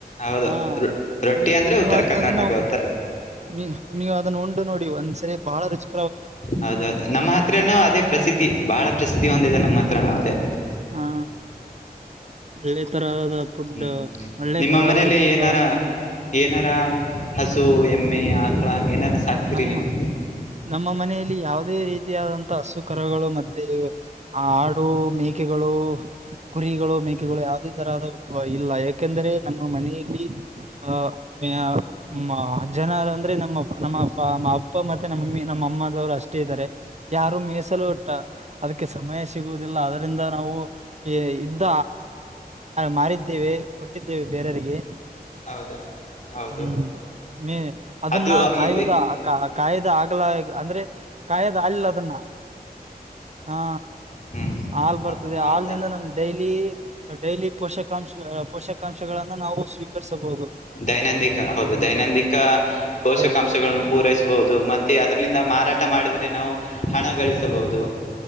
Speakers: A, on the left (about 50°); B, on the right (about 45°).
A: ಹೌದು
B: ಹಾ
A: ರೋ ರೊಟ್ಟಿ
B: ನೀವ್
A: ಅಂದ್ರೆ
B: ನೀವ್
A: ಉತ್ತರ ಕರ್ನಾಟಕ
B: ಅದನ್ನ
A: ಉತ್ತರ
B: ನೀ ನೀವು ಅದನ್ನ ಉಂಡು ನೋಡಿ ಒಂದ್ಸರಿ ಬಾಳ ರುಚಿ
A: ಹೌದೌದು ನಮ್ಮ ಹತ್ರನು ಅದೇ ಪ್ರಸಿದ್ಧಿ ಬಹಳ ಪ್ರಸಿದ್ಧಿ ಹೊಂದಿದೆ ನಮ್ಮ ಹತ್ರನು ಅದೇ.
B: ಹಾ ಒಳ್ಳೆ ತರದ ಫುಡ್
A: ಹ್ಮ್
B: ಒಳ್ಳೆ
A: ನಿಮ್ಮ
B: ತರಹದ
A: ಮನೇಲಿ
B: ರುಚಿಕರ
A: ಏನಾರ ಏನಾರ ಹಸು ಎಮ್ಮೆ ಆಕಳ. ಏನಾರ ಸಾಕ್ತೀರಿ
B: ನಮ್ಮ
A: ನೀವು
B: ನಮ್ಮ ಮನೆಯಲ್ಲಿ ಯಾವುದೇ ರೀತಿಯಾದಂತಹ ಹಸು ಕರಗಳು ಮತ್ತೆ ಆಡು ಮೇಕೆಗಳು. ಕುರಿಗಳು ಮೇಕೆಗಳು ಯಾವುದೇ ತರಹದ ಉ ಇಲ್ಲ ಯಾಕೆಂದರೆ ನಮ್ಮ ಮನೆಯಲ್ಲಿ ಹ ಯಾ ಮ ಅಜ್ಜನರ ಅಂದ್ರೆ ನಮ್ಮ ನಮ್ಮ ಫಾ ನಮ್ಮ ಅಪ್ಪ ಮತ್ತೆ ನಮ್ಮಮ್ಮಿ ನಮ್ಮ ಅಮ್ಮದವ್ರು ಅಷ್ಟೇ ಇದ್ದಾರೆ. ಯಾರು ಮೀಸಲು ಇಟ್ಟ ಅದಕ್ಕೆ ಸಮಯ ಸಿಗುದಿಲ್ಲ ಅದರಿಂದ ನಾವು. ಇದ್ದ ಮಾರಿದ್ದೇವೆ ಕೊಟ್ಟಿದ್ದೇವೆ ಬೇರೆಯವಿಗೆ.
A: ಹೌದು ಹೌದು
B: ಹ್ಮ್ ಮೇ ಅದನ್ನ.
A: ಅದು ಇದು
B: ಕಾ ಕಾಯ್ದೆ ಕಾಯ್ದ ಆಗಲ ಅಂದ್ರೆ.. ಕಾಯದ ಹಾಲಿಲ್ಲ ಅದನ್ನ ಹಾ
A: ಹ್ಮ್
B: ಹಾಲ್ ಬರ್ತದೆ
A: ಹೌ ಹೌದಾ
B: ಹಲ್ನಿಂದ ನಮ್ದ. ಡೈಲಿ ಡೈಲಿ ಪೋಷಕಾಂಶ ಪೋಷಕಾಂಶಗಳಗಳನ್ನು ನಾವು ಸ್ವೀಕರಿಸಬಹುದು.
A: ದೈನಂದಿಕ ಹೌದು
B: ಹ್ಮ್
A: ದೈನಂದಿಕ ಪೋಷಕಾಂಶಗಳನ್ನು
B: ಅದೇ
A: ಪೂರೈಸಬಹುದು. ಮತ್ತೆ ಅದ್ರಲಿಂದ ಮಾರಾಟ ಮಾಡಿದ್ರೆ ನಾವು ಹಣ ಗಳಿಸಬಹುದು.